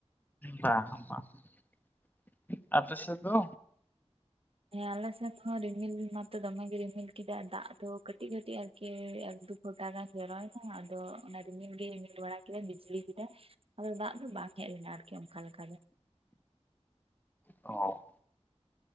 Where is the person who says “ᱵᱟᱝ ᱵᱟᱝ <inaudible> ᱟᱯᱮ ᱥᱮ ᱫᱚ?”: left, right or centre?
Left